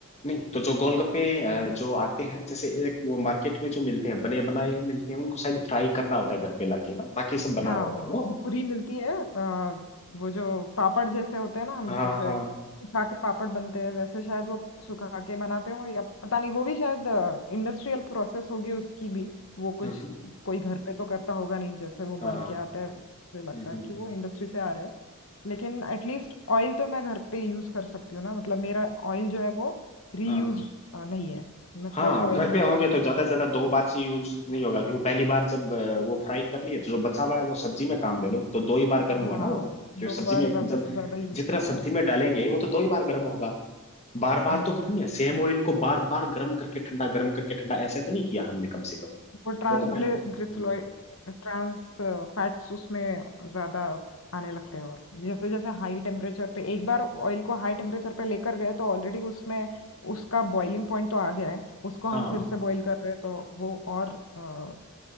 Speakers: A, on the left (about 30°); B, on the left (about 70°).
A: नहीं तो जो गोलगप्पे अ, जो आते हैं जैसे एक वो मार्केट में जो मिलते हैं बने बनाए ही मिलते हैं उनको शायद फ्राई करना होता है घर पे लाके ना बाकी सब बना
B: हाँ
A: हुआ होता
B: हाँ
A: है वो
B: वो पूरी मिलती है आ, वो जो पापड़ जैसे होते हैं ना हम
A: हाँ
B: जैसे
A: हाँ
B: सुखा के पापड़ बनते हैं वैसे शायद वो सुखा के बनाते हो या पता नहीं वो भी शायद इंडस्ट्रियल प्रोसेस होगी उसकी भी वो कुछ
A: हम्म
B: कोई घर पे तो करता होगा नहीं जैसे वो बन
A: हाँ
B: के आता है उससे लगता
A: हम्म हम्म,
B: है कि वो इंडस्ट्री से आ रहा है लेकिन एटलीस्ट ऑयल तो मैं घर पे यूज कर सकती हूँ ना मतलब मेरा ऑयल जो है वो रीयूज
A: हाँ
B: नहीं है मैं
A: हाँ
B: फ्रेश ऑयल
A: घर
B: यूज
A: पे होंगे
B: कर
A: तो ज्यादा से ज्यादा दो बार से यूज नहीं होगा क्योंकि पहली बार जब अ, वो फ्राई कर लिए तो जो बचा हुआ है वो सब्जी में काम ले लो तो दो ही बार गर्म
B: हाँ
A: हुआ ना वो क्योंकि
B: दो
A: सब्जी
B: बार
A: में
B: ज्यादा
A: जब
B: से ज्यादा यूज
A: जितना
B: करता
A: सब्जी
B: हूँ
A: में डालेंगे वो तो दो ही बार गर्म होगा बार बार
B: हम्म
A: तो गर्म नहीं है सेम ऑयल को बार बार गर्म करके ठंडा गर्म करके ठंडा ऐसे तो नहीं किया हमने कम से कम
B: वो ट्रांसग्लिसराइड
A: वो तो फायदा है हम्म,
B: ट्रांस फैट्स उसमें ज्यादा आने लगते हैं और जैसे जैसे हाई टेम्परेचर पे एक बार ऑयल को हाई टेम्परेचर पे लेकर गए तो ऑलरेडी उसमें उसका बॉइलिंग पॉइंट तो आ गया है उसको
A: हाँ
B: हम फिर से बॉईल कर रहे हैं तो वो और अ,